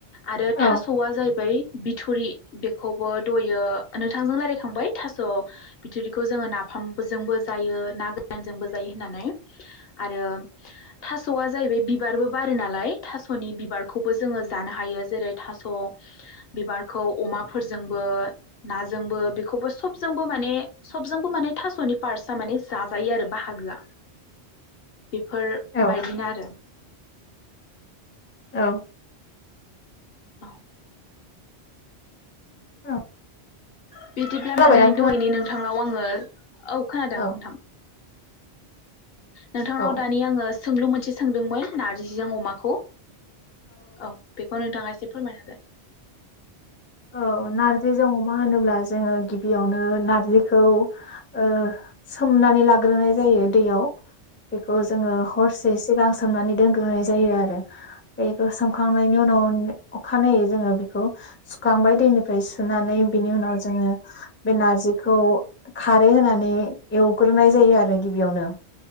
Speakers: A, on the left; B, on the left.
A: आरो
B: औ
A: थासआ जाहैबाय बिथ बिथुरि बेखौबो दयो नोंथांजों रायलायखांबाय थास बिथरि खौ जोङो नाफामजोंबो जायो ना गोरानजोंबो जायो होननानै आरो थास'आ जाहैबाय बिबारबो बिबार बारो नालाय थास'नि बिबारखौबो जोङो जानो हायो जेरै थास' बिबारखौ अमाजोंबो नाजोंबो बेखौबो सबबो माने सबो मान थास'नि पार्टसआ माने जाजायो आरो बाह बाहागोआ बेफोरबायदिनो
B: औ
A: आरो
B: औ
A: औ
B: औ
A: बिदिब्ला
B: खोनाबायना
A: माने
B: नोंथाङा
A: दहायनि नोंथाङा आव आङो औ खोनादों
B: औ
A: नोंथां नोंथांनाव
B: औ
A: दानि आङो सोंलु मोनसे सोंदोंमोन नारजिजों अमाखौ औ बेखौ नोंथाङा एसे फोरमायना होदो
B: औ नार्जिजों अमा होनोब्ला जोङो गिबियावनो नारजिखौ ओ सोमनानै लाग्रोनाय जायो दैयाव बेखौ जोङो हरसे सिगां स सोमनानै दोनग्रोनाय जायो आरो बेखौ सोमखांनायनि उनाव अखानायै जोङो बेखौ सु सुखांबाय दैनिफ्राय सुनानै बिनि उनाव जोङो बे नारजिखौ खारै होनानै एवग्रोनाय जायो आरो गिबियावनो